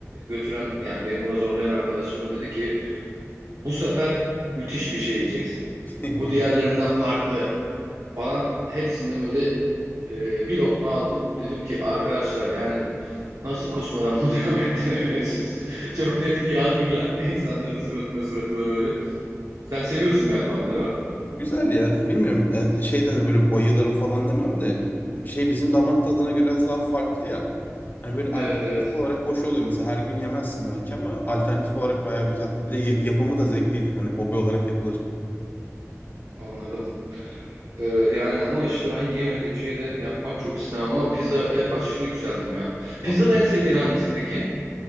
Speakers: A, on the right; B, on the left.
A: götüren yani beni buna zorlayan arkadaşlarım dedi ki bu sefer müthiş bir şey yiyeceksin.
B: <laughs>
A: Bu diğerlerinden farklı falan. Hepsinde böyle e, bir lokma aldım. Dedim ki arkadaşlar yani nasıl kusmadan bunu <laughs> devam ettirebiliyorsunuz? Çok net bir yargıyla <laughs> insanların suratına suratına böyle. Sen seviyorsun galiba ama değil mi?
B: Güzel ya. Bilmiyorum. Yani şeyde hani böyle bayılırım falan demem de şey bizim damak tadına göre biraz daha farklı ya. Hani böyle
A: Evet
B: alternatif
A: evet
B: olarak hoş oluyor. Mesela her gün yemezsin belki ama alternatif olarak bayağı güzel. Bir de y- yapımı da zevkliydi. Hani hobi olarak yapılır.
A: anladım. Ee, yani ama işte ben yiyemediğim şeyi de yapmak çok istemem ama pizzaya aşırı yükseldim ya. Pizzada
B: Vallahi.
A: en sevdiğin hangisi peki?